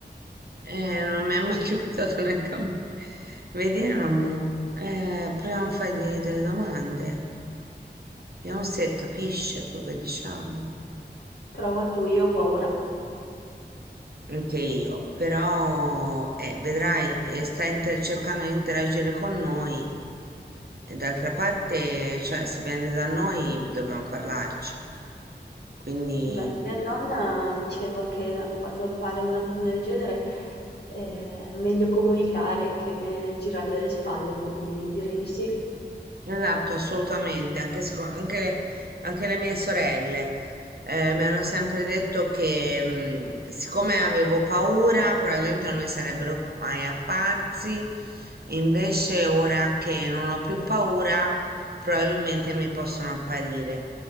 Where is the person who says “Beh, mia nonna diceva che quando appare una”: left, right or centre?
Left